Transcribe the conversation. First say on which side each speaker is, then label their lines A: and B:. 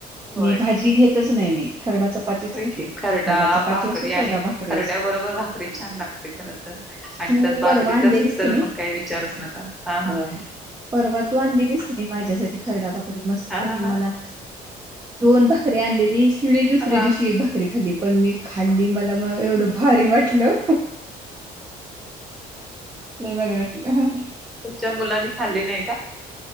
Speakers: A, in the centre; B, on the right.
A: होय
B: मी भाजी घेतच नाही मी खरडा चपातीच
A: होय
B: खाते
A: की
B: मी खरडा चपाती
A: भाकरी
B: असो खरडा
A: आणि
B: भाकरी
A: खरड्या
B: असो
A: बरोबर भाकरी छान लागते खर तर आणि
B: तू
A: त्यात बाजरीच
B: परवा आणलेलीस
A: असेल तर
B: का नाही
A: मग काही विचारूच नका हा हा
B: होय परवा तू आणलेलीस ती माझ्यासाठी खरडा भाकरी मस्त
A: हा हा
B: मी
A: हा
B: मला दोन भाकरी आणलेली शिळी दुसरी
A: हा
B: दिवशी एक भाकरी खाल्ली पण मी खाल्ली मला मग एवढं भारी वाटलं लई भारी वाटलं. हम.
A: च्या मुलांनी खाल्ली नाही का.